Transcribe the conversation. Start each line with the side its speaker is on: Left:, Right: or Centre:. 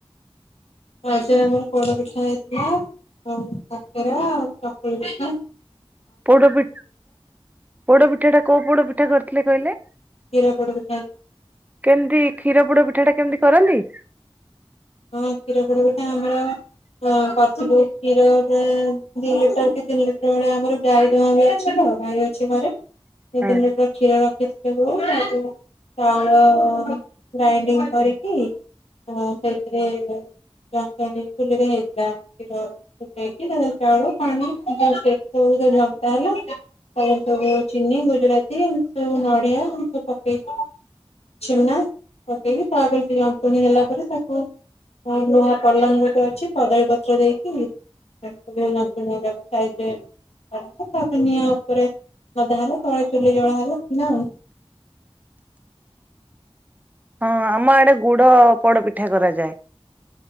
Left: ଫାଷ୍ଟ ଆମର ପୋଡ ପିଠା ହେଇଥିଲା। ଆଉ କାକରା ଆଉ ଚକୁଳିପିଠା।
Right: ପୋଡପି ପୋଡପିଠା ଟା କୋଉ ପୋଡପିଠା କରିଥିଲେ କହିଲେ?
Left: କ୍ଷୀର ପୋଡ଼ପିଠା।
Right: କେମିତି କ୍ଷୀର ପୋଡ଼ ପିଠା ଟା କେମିତି କରନ୍ତି?
Left: ହଁ କ୍ଷୀର ପୋଡ଼ ପିଠା ଆମର ହଁ କରିଥିଲୁ କ୍ଷୀର ପ୍ରାଏ ଦି ଲିଟର କି ତିନି ଲିଟର ଭଳିଆ ଆମର ଗାଈ ଦୁଆଁ ହଉଛି ତ ଗାଈ ଅ କିଛି ପରେ ଦୁଇ
Right: ହଁ
Left: ତିନି ଲିଟର କ୍ଷୀର ରଖି ଚାଉଳ ଗ୍ରାଇଣ୍ଡିଙ୍ଗ କରିକି <inaudible> ହଁ ସେଇଥିରେ ଜତୁଣୀ ଚୁଲିରେ ହେଇଥିଲା କ୍ଷୀର ପକେଇ କି ତା ଦେହରେ ଚାଉଳ ପାଣି ସବୁ <unintelligible> ଜନ୍ତା ହେଲା। ଆଉ ସବୁ ଚିନି ଗୁଜୁରାତି ସବୁ ନଡିଆ ଏମିତି ପକେଇ କି ଛେନା ପକେଇ କି ତାପରେ ସେ ଜନ୍ତୁଆଣୀ ହେଲା ପରେ ତା ହ ଲୁହା ପଲମ ଗୋଟେ ଅଛି କଦଳୀପତ୍ର ଦେଇକି। ଜନ୍ତୁଣୀ ଗୁଡ଼ାକ ସାଇଜିରେ କଢାହବ ତାପରେ ନିଆଁ ଉପରେ ଲଦା ହେବ ତଳେ ଚୁଲି ଜଳା ହେଲା ନା ଆଉ
Right: ହଁ ଆମ ଆଡେ ଗୁଡ ପୋଡ ପିଠା କରାଯାଏ।